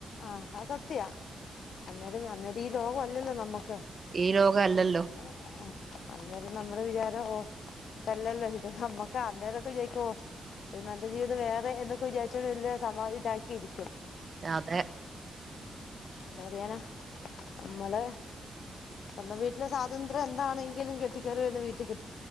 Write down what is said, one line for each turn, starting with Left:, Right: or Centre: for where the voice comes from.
Left: ആ അത്‌ സത്യാ അന്നേരം ഈ ലോക കൊല്ലല്ലോ നമ്മക്ക്
Right: ഈ ലോകം അല്ലല്ലോ
Left: ആ അന്നേരം നമ്മടെ വിചാരം ആ ഇത് അല്ലല്ലോ ഇത് നമ്മക്ക് അന്നേരം ഒക്കെ ചോദിക്കും ഒരു നല്ല ജീവിതം വേറെ എന്നൊക്കെ വിചാരിച്ചിട്ട് വല്യ സമാദാനിച്ചിട്ട് ഇരിക്കും
Right: ആ അതെ
Left: എന്ത് പറയാനാ നമ്മളെ സ്വന്തം വീട്ടിൽ സാ ഇത് ന്ത്രഎന്താണെങ്കിലും കെട്ടി കേറി വെര്ന്ന വീട്ടില